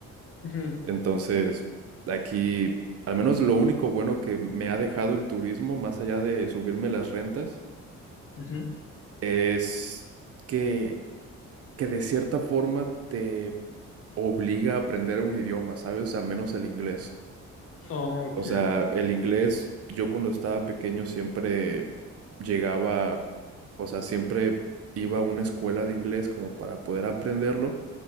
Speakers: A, on the left; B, on the right.
A: ujú,
B: Entonces, aquí, al menos lo único bueno que me ha dejado el turismo, más allá de subirme las rentas,
A: ujú.
B: es que, que de cierta forma te obliga a aprender un idioma, ¿sabes? Al menos el inglés.
A: Ok,
B: O sea, el inglés, yo cuando estaba pequeño siempre llegaba, o sea, siempre iba a una escuela de inglés como para poder aprenderlo,